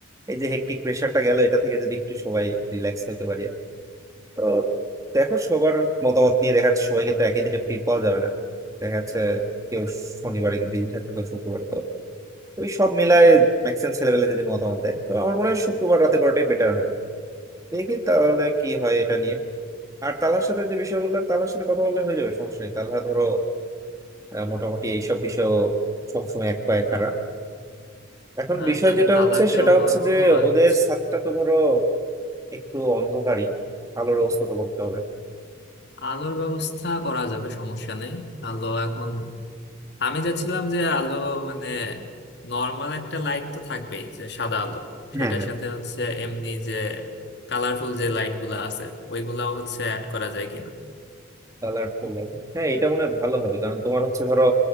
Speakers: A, on the right (about 15°); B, on the left (about 55°).
A: এই যে হেক্টিক প্রেশারটা গেল এটা থেকে যদি একটু সবাই রিল্যাক্স হতে পারি আর কি। তো দেখো সবার মতামত নিয়ে দেখা যাচ্ছে সবাইকে তো একই দিনে ফ্রি পাওয়া যাবে না দেখা যাচ্ছে কেউ শনিবারে বিজি থাকবে কেউ শুক্রবারে তো ওই সব মিলায় ম্যাক্সিমাম ছেলেবেলা যদি মতামত দেয় তো আমার মনে হয় শুক্রবার রাতে করাটাই বেটার হয় দেখি তাহলে কি হয় এটা নিয়ে আর তালার সাথে যে বিষয় বললাম তালার সাথে কথা বললে হয়ে যাবে সমস্যা নেই তালহা ধরো আহ, মোটামুটি এইসব বিষয়েও সবসময় এক পায়ে খাড়া এখন
B: হ্যাঁ
A: বিষয়
B: তাহলে
A: যেটা
B: তালাকেও
A: হচ্ছে সেটা হচ্ছে
B: বড়
A: যে
B: আজ
A: ওদের ছাদটা তো ধরো একটু অন্ধকারই আলোর ব্যবস্থা তো করতে হবে
B: আলোর ব্যবস্থা করা যাবে সমস্যা নেই আলো এখন আমি যাচ্ছিলাম যে আলো মানে নর্মাল একটা লাইট তো থাকবেই যে সাদা আলো সেটার
A: হ্যাঁ হ্যাঁ
B: সাথে হচ্ছে এমনি যে কালারফুল যে লাইট গুলা আছে ওইগুলাও হচ্ছে অ্যাড করা যায় কিনা
A: কালার ফুল লাইট হ্যাঁ এটা মনে হয় ভালো হবে কারণ তোমার হচ্ছে ধরো